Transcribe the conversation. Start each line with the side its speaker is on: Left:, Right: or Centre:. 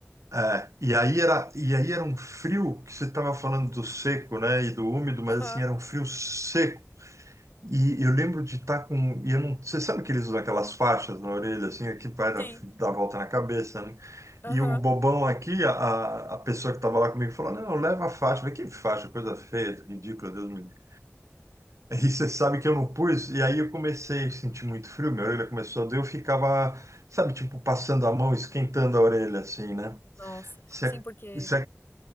Right: É, e aí era, e aí era um frio que você estava falando do seco, né, e do úmido, mas
Left: Aham.
Right: assim, era um frio seco. E eu lembro de estar com, e eu não, você sabe que eles usam aquelas faixas na orelha, assim, aqui vai dar,
Left: Sim.
Right: dar volta na cabeça, né?
Left: Aham.
Right: E o bobão aqui, a, a a pessoa que estava lá comigo, falou, não, leva a faixa. Eu falei, que faixa, coisa feia, ridícula, Deus me livre. <laughs> E você sabe que eu não pus, e aí eu comecei a sentir muito frio, minha orelha começou a doer, eu ficava, sabe, tipo, passando a mão, esquentando a orelha, assim, né?
Left: Nossa.
Right: Você-
Left: Sim, porque
Right: isso